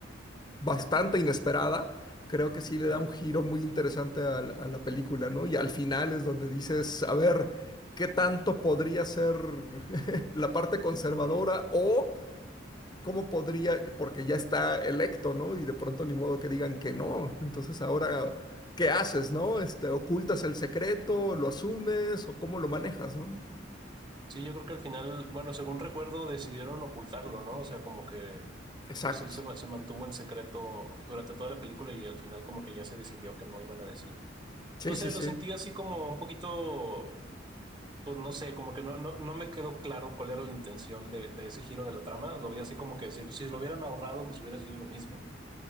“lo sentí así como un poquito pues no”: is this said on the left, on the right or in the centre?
Right